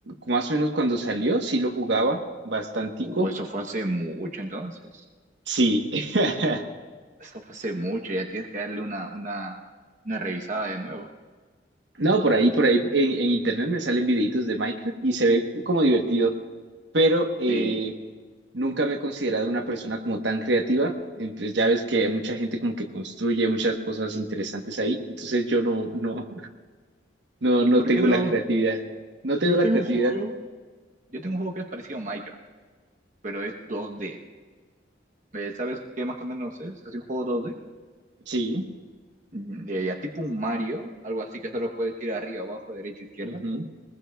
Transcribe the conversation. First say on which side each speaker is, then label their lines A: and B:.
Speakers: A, on the right; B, on the right.
A: más o menos cuando salió, sí lo jugaba bastantico.
B: o eso fue hace mucho entonces?
A: Sí. <laughs>
B: Eso fue hace mucho, ya tienes que darle una, una, una revisada de nuevo.
A: No, por ahí, por ahí en, en internet me salen videitos de Minecraft y se ve como divertido, pero eh,
B: Sí.
A: nunca me he considerado una persona como tan creativa. Entonces ya ves que hay mucha gente como que construye muchas cosas interesantes ahí. Entonces yo no, no, no, no
B: ¿Y por
A: tengo
B: qué no?
A: la creatividad. No tengo
B: Yo
A: la
B: tengo
A: creatividad.
B: un juego. Yo tengo un juego que es parecido a Minecraft pero es dos d Eh, ¿sabes qué más o menos es? Es un juego dos d
A: Sí.
B: mm, de ya tipo un Mario, algo así que solo puedes ir arriba, abajo, derecha, izquierda,
A: ujú.